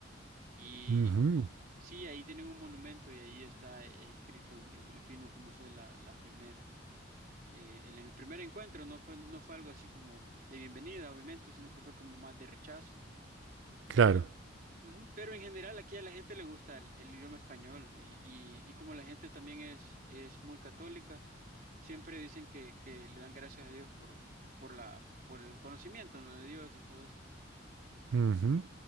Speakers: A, on the right; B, on the right.
A: Y
B: Ujú.
A: sí, ahí tienen un monumento y ahí está eh, escrito en, en filipino cómo fue la, la primera. eh, el, en- primer encuentro no fue, no fue algo así como de bienvenida, obviamente, sino que fue como más de rechazo.
B: Claro.
A: Pero, ujú, pero en general aquí a la gente le gusta el, el idioma español y, y- y como la gente también es, es muy católica, siempre dicen que, que le dan gracias a Dios por, por la, por el conocimiento, ¿no? de Dios y todo eso.
B: Ujú.